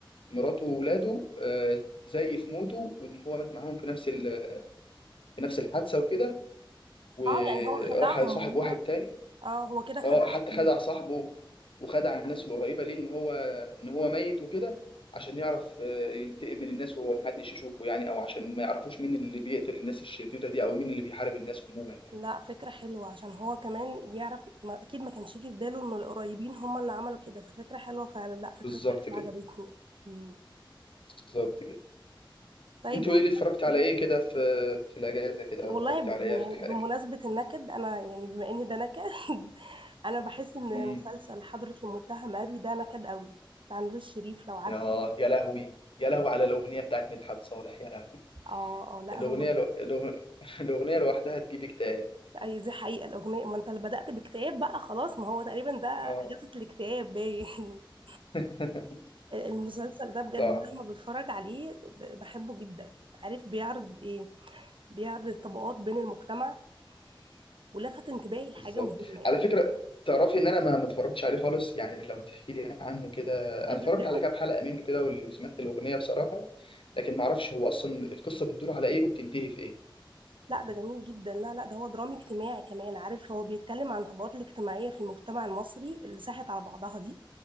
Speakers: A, on the left; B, on the right.
A: مراته وولاده آه، زي في موته وإن هو مات معاهم في نفس ال- في نفس الحادثة وكده وراح
B: اه يعني هو خدعهم
A: صاحب
B: وهم
A: واحد تاني
B: اه هو كده خدعهم
A: اه حتى خدع صاحبه وخدع الناس القريبه ليه ان هو ان هو ميت وكده عشان يعرف آه، ينتقم من الناس وهو محدش يشوفه يعني او عشان ما يعرفوش مين اللي بيقتل الناس الشريره دي او مين اللي بيحارب الناس عموما يعني
B: لا فكرة حلوة عشان هو كمان يعرف ما أكيد ما كانش يجي في باله إن القريبين هم اللي عملوا كده ففكرة حلوة فعلا لا فكرته
A: بالظبط
B: حلوة
A: كده
B: عجبتني مم.
A: بالظبط كده
B: طيب
A: انت
B: أنت
A: وايه اللي اتفرجت
B: شفت
A: على ايه كده في في الاجازه كده
B: والله
A: او اتفرجت
B: ب-
A: على ايه
B: يعني
A: اخر حاجه
B: بمناسبة النكد أنا يعني بما إن ده نكد <laughs> أنا بحس إن
A: امم
B: مسلسل حضرة المتهم أبي ده نكد قوي بتاع نور الشريف لو عارفه
A: يا يا لهوي يا لهوي على الاغنيه بتاعت مدحت صالح يا لهوي
B: اه اه لا
A: الاغنيه
B: هو
A: لو... الأغ- <laughs> الاغنيه لوحدها تجيب اكتئاب
B: أي دي حقيقة الأغنية ما أنت اللي بدأت باكتئاب بقى خلاص ما هو تقريبا ده أجازة
A: اه
B: الاكتئاب باين <laughs>
A: <laughs>
B: المسلسل ده بجد
A: صح
B: مهما بتفرج عليه ب- بحبه جدا عارف بيعرض ايه بيعرض الطبقات بين المجتمع ولفت انتباهي لحاجة
A: بالظبط
B: مهمة يعني
A: على فكره تعرفي ان انا ما ما اتفرجتش عليه خالص يعني لما تحكي لي عنه كده
B: ايه
A: انا
B: ده
A: اتفرجت
B: بجد
A: على كام حلقه منه كده وال- وسمعت الاغنيه بصراحه لكن ما اعرفش هو اصلا القصه بتدور على ايه وبتنتهي في ايه
B: لا ده جميل جدا لا لا ده هو درامي اجتماعي كمان عارف هو بيتكلم عن الطبقات الاجتماعية في المجتمع المصري اللي ساحت على بعضها دي